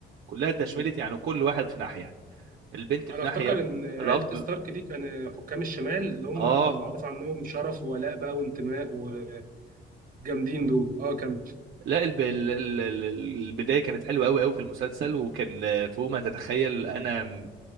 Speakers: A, on the right; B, on the right.
A: كلها اتدشملت
B: مم.
A: يعني كل واحد في ناحيه البنت
B: انا
A: في
B: افتكر
A: ناحيه
B: ان عيلة
A: الاب
B: ستارك دي كان حكام الشمال اللي هم
A: اه
B: معروف عنهم شرف وولاء بقى وانتماء وجامدين دول اه كمل
A: لا الب... ال- ال- ال- البدايه كانت حلوه قوي قوي في المسلسل وكان آه، فوق ما تتخيل انا م-